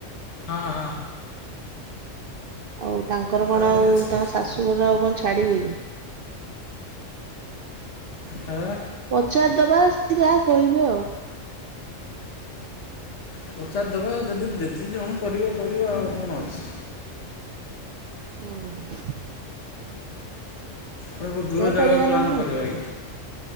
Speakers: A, on the left; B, on the right.
A: ହଁ ହଁ
B: ଆଉ ତାଙ୍କର
A: ବାହା
B: କଣ
A: ହେଇଯାଇଛନ୍ତି
B: ଆଉ ତାଙ୍କ ଶାଶୁଘର ଆଉ କଣ ଛାଡିବେ କି
A: ହାଁ
B: ପଚାରିଦବା ସେ ଯାହା କହିବେ ଆଉ
A: ପଚାରିଦବା ଯଦି ଯେତିକି ଜଣ କରିବ କରିବ ଆଉ କଣ ଅଛି
B: <unintelligible>
A: କଉ ଦୂର
B: ସେ
A: ଜାଗାକୁ
B: କରିବା
A: ପ୍ଲାନ୍
B: ନହେଲେ। ଆଉ।
A: କରିବା କି?